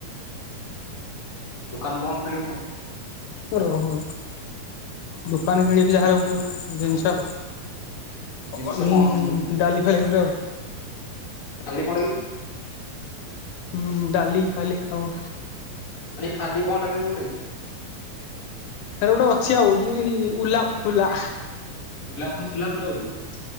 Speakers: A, on the left; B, on the left.
A: ଦୋକାନ କଣ କିଣିବୁ
B: ରହ। ଦୋକାନ କିଣିବି ଯାହାହେଲେ
A: ଉଁ
B: ଗୋଟେ ଜିନିଷ
A: ଜିନିଷ
B: ଉଁ
A: କଣ କିଣିବୁ
B: ଡାଲି ଫାଲି ପୁରା।
A: କାଲି କଣକିରେ?
B: ହୁଁ ଡାଲି ଫାଲି ଆଉ
A: ଖାଲି ଫାଲି କଣ୍ଟା କିରେ ବୁଢ଼ୀ?
B: ଏରେ ଗୋଟେ ଅଛି ଆଉ ଉଲା ଫୁଲା।
A: ମୁଲା ଫଣ ସୁଲା ପୁଣି ଆଉ ଗୋଟେ କଣ